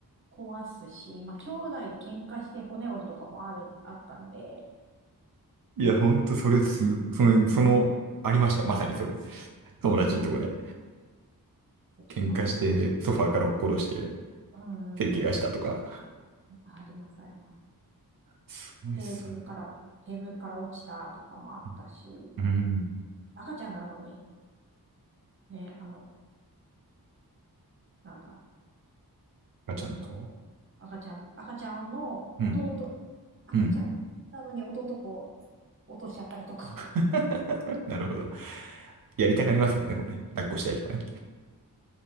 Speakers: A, on the right; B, on the right.
A: 壊すし、まあ、兄弟で喧嘩して骨折るとかもある、あったんで、
B: いや、ほんとそれす、それ、その、ありました。まさにそれ。友達のとこで。
A: そうしかも、
B: 喧嘩して、
A: うち、
B: ソファーから落っことして、
A: うー
B: 手怪我したとか。
A: ん、あります、あります。
B: すごいっすよね。
A: テーブルから、テーブルから落ちたとかもあったし、
B: うん。うんうん
A: 赤ちゃんなのに、ね、あの、なんだ、
B: ガチャの時
A: えっと、赤ちゃん、赤ちゃんの弟、
B: うん。
A: 赤ちゃんなのに弟を
B: うん。
A: 落としちゃったりとか。
B: <laughs> なるほど。やりたがりますもんね、こうね。抱っこしたいとかね。